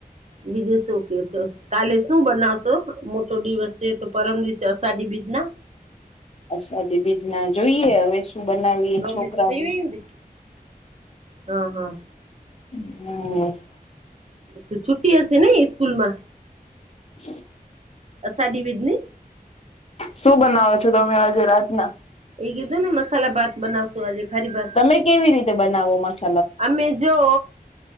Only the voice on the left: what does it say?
અષાઢી બીજ ના જોઈએ હવે શું બનાવીએ
છોકરાને
હમ્મ. હમ્મ.
<inaudible>
શું બનાવો છો તમે આજે રાતના
તમે કેવી રીતે બનાવો મસા